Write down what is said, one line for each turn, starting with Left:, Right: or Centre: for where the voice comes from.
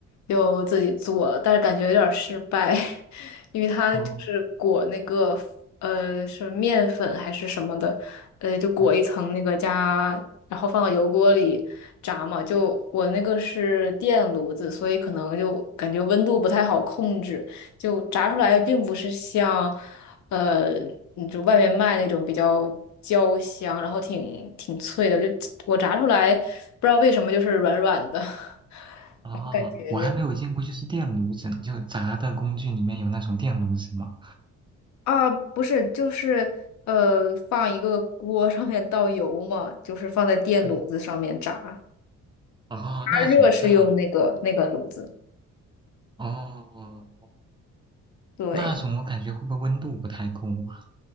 Left: 就自己做了，但是感觉有点儿失败，<laughs> 因为它就是裹那个呃是面粉还是什么的，
Right: 嗯
Left: 呃就裹一层那个加，
Right: 嗯
Left: 然后放到油锅里炸嘛，就我那个是电炉子，所以可能就感觉温度不太好控制。就炸出来并不是像，呃，你就外面卖那种比较焦香，然后挺挺脆的。就我炸出来，不知道为什么就是软软的，<laughs>
Right: 啊，
Left: 然后感觉
Right: 我还没有见过就是电炉子呢就炸的工具里面有那种电炉子吗？
Left: 啊，不是，就是呃，放一个锅上面倒油嘛，就是放在电炉子上面炸，
Right: 嗯，
Left: 加
Right: 哦，那种炸，
Left: 热是用那个那个炉子，
Right: 哦。哦
Left: 对。
Right: 那种我感觉会不会温度不太够啊？